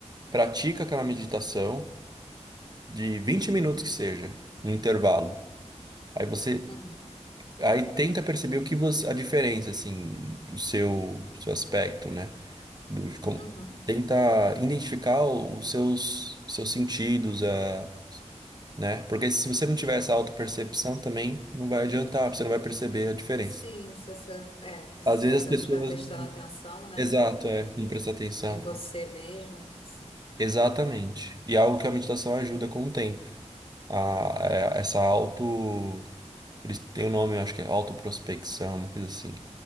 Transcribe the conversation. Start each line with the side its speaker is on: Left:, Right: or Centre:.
Right: pratica aquela meditação de 20 minutos que seja, no intervalo. Aí você
Left: Uhum,
Right: aí tenta perceber o que você a diferença assim do seu seu aspecto, né? Do de como
Left: uhum.
Right: tenta identificar o- os seus seus sentidos, a né? Porque se você não tiver essa autopercepção também não vai adiantar, você não vai perceber a diferença.
Left: Sim, se você, é, se
Right: Às vezes
Left: você
Right: as pessoas
Left: não estiver prestando
Right: não-
Left: atenção, né,
Right: Exato,
Left: no-
Right: é,
Left: no-
Right: não prestam atenção.
Left: em você mesmo, sim.
Right: Exatamente. E é algo que a meditação ajuda com o tempo. A, a- essa auto Eles têm o nome, eu acho que é autoprospecção, uma coisa assim.